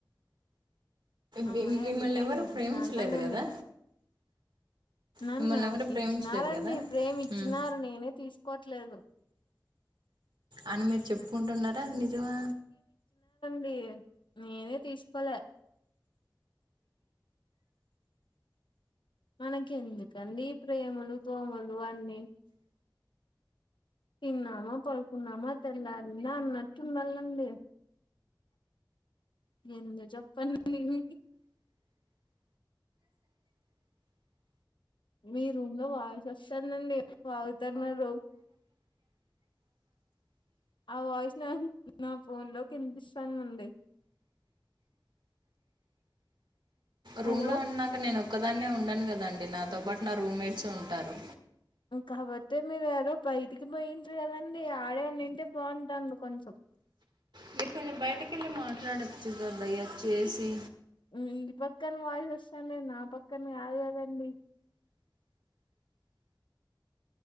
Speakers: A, on the left; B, on the right.
A: అమ్మయ
B: మీ మిమ్మల్ని
A: వెళ్ళిపోయింది
B: ఎవరు
A: ప్రశాంతంగా
B: ప్రేమించలేదు
A: ఉంది
B: కదా
A: నాన్న
B: మిమ్మల్ని ఎవరు ప్రేమించలేదు
A: ఇచ్చినారండి
B: కదా
A: ప్రేమి ఇచ్చినారు
B: మ్మ్
A: నేనే తీసుకోవట్లేదు
B: అని మీరు చెప్పుకుంటున్నారా అది నిజమా
A: డి నేనే తీసుకోలే మనకి ఎందుకండి ప్రేమలు దోమలు అన్నీ తిన్నామా పడుకున్నామా తెల్లారిందా అన్నట్టుండాలండి ఎందు చెప్పండివి మీ రూమ్ లో వాయిస్ వస్తదండి వాగుతన్నారు ఆ వాయిస్ న నా ఫోన్ లోకి వినిపిస్తాంది అండి
B: రూమ్
A: హలో
B: లో అన్నాక నేను ఒక్కదాన్నే ఉండను కదండడి నాతో పాటు నా రూమ్మేట్స్ ఉంటారు
A: కాపోతే మీరు ఎడో బయిటికి పోయింట్రి కదండి ఆడేవాడింటే బాగుంటాండు కొంచెం
B: మీరు బయటకు వెళ్ళి మాట్లాడోచ్చు కదా దయ చేసి
A: మీ పక్కన వాయిస్ వస్తాంది నా పక్కన కాదు గదండి